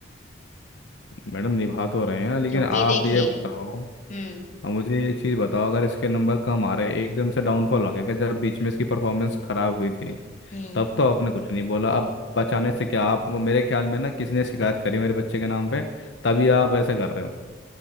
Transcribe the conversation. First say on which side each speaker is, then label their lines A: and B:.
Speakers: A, on the left; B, on the left.
A: मैडम निभा तो रहे हैं लेकिन
B: क्योंकि
A: आप
B: देखिए
A: ये बताओ
B: हम्म
A: अब मुझे एक चीज़ बताओ अगर इसके नंबर कम आ रहे हैं एकदम से डाउनफॉल हो गया क्या जब बीच में इसकी परफॉर्मेंस खराब हुई थी
B: हम्म
A: तब तो आपने कुछ नहीं बोला अब बचाने से क्या आप मेरे ख्याल में ना किसी ने शिकायत करी मेरे बच्चे के नाम पे तभी आप ऐसा कर रहे हो